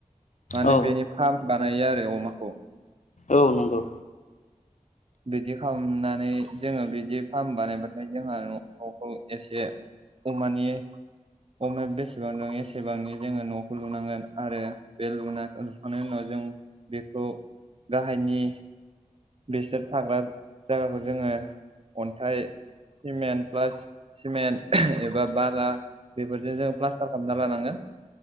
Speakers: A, on the right; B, on the left.
A: माने
B: औ
A: बेनि फार्म बानायो आरो अमाखौ।
B: औ नंगौ।
A: बिदि खालामनानै जोङो बिदि फार्म बानायबाथाय जोंहा न'खौ एसे अमानि अमाया बेसेबां दं एसेबांनि जोङो न'खौ लुनांगोन आरो बे लुना थां उनाव जों बेखौ गाहायनि बेसोर थाग्रा जायगाखौ जोङो अन्थाइ, सिमेन्ट बा सिमेन्ट एबा बाला बेफोरजों जोङ प्लास्टार खालामना लानांगोन।